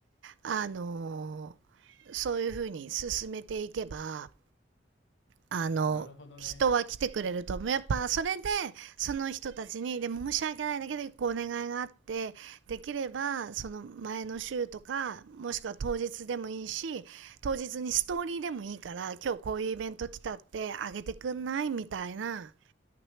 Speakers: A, on the right; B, on the left.
A: あのそういうふうに進めていけば、あの、
B: なるほどね。
A: 人は来てくれると思う。やっぱそれで、その人たちに、でも申し訳ないんだけど、一個お願いがあって、できれば、その前の週とか、もしくは当日でもいいし、当日にストーリーでもいいから、今日こういうイベント来たって、あげてくんないみたいな、